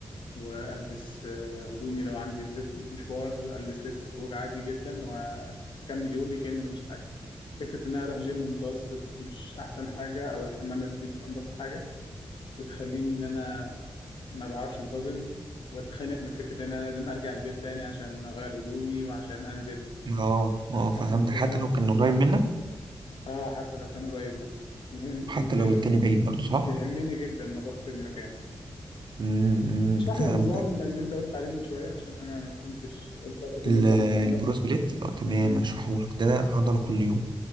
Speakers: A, on the left; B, on the right.
A: والبس آه، هدومي لو عندي لب- مشوار البس لبس خروج عادي جدا واكمل يومي كأن مفيش حاجة فكرة ان انا اروح جيم متوسط مش احسن حاجة او الحمامات فيه مش انضف حاجة بتخليني ان انا ما بعرفش انتظم واتخنق من فكره ان انا لازم ارجع البيت تاني عشان اغير هدومي وعشان انزل
B: اه اه فهمتك
A: فاهم الفكره
B: حتى لو كان قريب منك
A: اه حتى لو كان قريب لا يهم
B: وحتى
A: يفرق
B: لو التاني بعيد برضه صح
A: يهمني جدا نظافه المكان
B: امم أمم،
A: اشرح
B: فهمتك
A: لي النظام اللي انت قلت عليه من شويه عشان انا ما فهمتش إيه الفرق بينه
B: ال-
A: وبين النظام ده
B: البروس بليت اه تمام
A: امم
B: هشرحهولك ده عضلة كل يوم